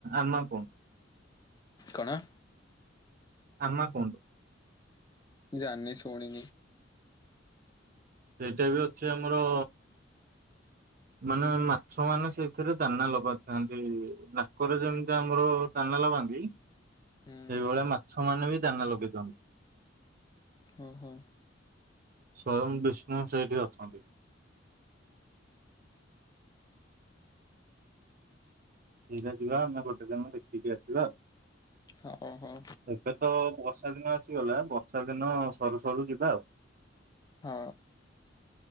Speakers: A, on the right; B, on the left.
A: ଆମା କୁଣ୍ଡ।
B: କଣ?
A: ଆମା କୁଣ୍ଡ।
B: ଜି ସୁଣି।
A: ସେଇଟା ବି ଅଛି ଆମର ମାନେ ମାଛ ମାନେ ସେଇଥିରେ ଦାନା ଲଗେଇଥାନ୍ତି ନାକରେ ଯେମିତି ଆମର ଦାନା ଲଗାନ୍ତି
B: ହୁଁ
A: ସେଇଭଳି ମାଛ ମାନେ ବି ଦାନା ଲଗେଇ ଦିନ୍ତି।
B: ଓ ହୋ।
A: ସ୍ଵୟଂ ବିଷ୍ଣୁ ସେଇଠି ଅଛନ୍ତି। ଇା ଯିବା ଆମେ ଗୋଟେ ଦିନ ଦେଖିକି ଆସିବା ଆଉ।
B: ହଁ ହୋ।
A: ଏବେ ତ ବର୍ଷା ଦିନ ଆସିଗଲା ବର୍ଷା ଦିନ ସରୁ ସରୁ ଯିବା ଆଉ।
B: ହଁ।